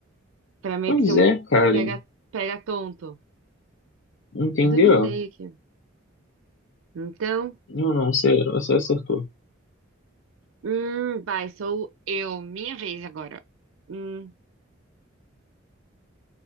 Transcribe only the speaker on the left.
Pois
é,
cara.
Entendeu?
Não, não, você, você acertou.